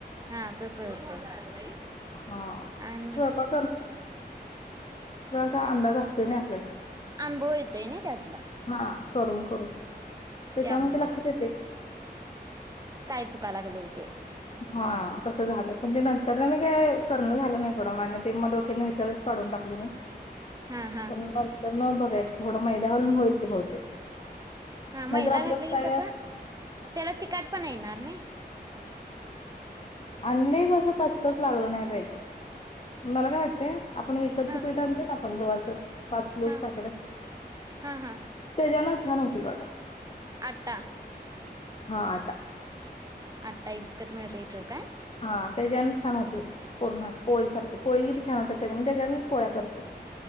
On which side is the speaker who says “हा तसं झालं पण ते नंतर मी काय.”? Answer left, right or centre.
Left